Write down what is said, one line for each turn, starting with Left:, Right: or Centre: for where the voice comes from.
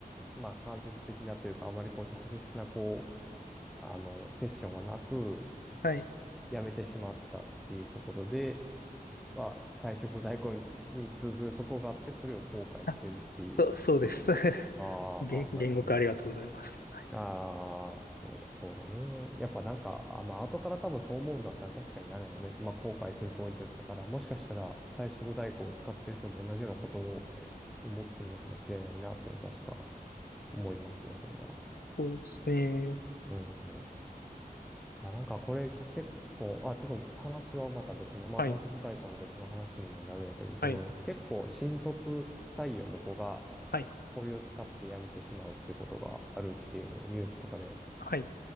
Centre: まあ間接的なというか、あまりこう直接なこう、あの、セッションがなく、
Left: はい。
Centre: 辞めてしまったっていうところで、まあ退職代行に、に通ずるところがあって、それを後悔してるっていうこと。
Left: あ、そう、そうです。<laughs>
Centre: ああ、
Left: 言、言語化ありがとうございます。
Centre: なるほど。
Left: はい。
Centre: ああ、そう、そうだね。やっぱなんか、あ、まあ、後から多分そう思うんだったら確かにあれだね。まあ、後悔するポイントだったから、もしかしたら退職代行を使ってる人も同じようなことを思ってるのかもしれないなっていうのは確か思いますね、それは。
Left: そうですね。
Centre: うん。いや、なんかこれ結構、あ、ちょっと話はまた別の、まあ、
Left: はい。
Centre: 退職代行の別の話にはなるんやけど、その、
Left: はい。
Centre: 結構新卒採用の子が
Left: はい。
Centre: これを使って辞めてしまうってことがあるっていうのをニュースとかで
Left: はい。